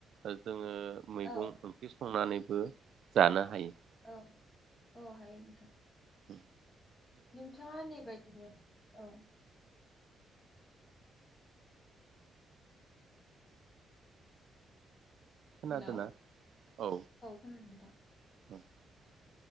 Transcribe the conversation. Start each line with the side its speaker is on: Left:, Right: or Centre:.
Right: जोङो मैगं
Left: औ
Right: संनानैबो जानो हायो।
Left: औ औ हायो नोंथां
Right: उ
Left: नोंथाङा होननाबायदिनो। औ।
Right: खोनादोंना
Left: हेल औ
Right: औ
Left: खोनादों नोंथां।
Right: <inaudible>